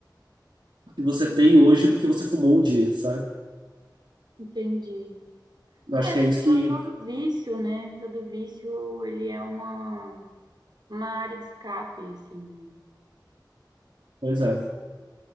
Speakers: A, on the right (about 80°); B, on the right (about 65°).
A: que você tem hoje porque você fumou um dia, sabe?
B: entendi.
A: Eu acho
B: É,
A: que
B: to-
A: é isso que.
B: todo, vício, né? Todo vício, ele é uma, uma área de escape, assim, né?
A: Pois é.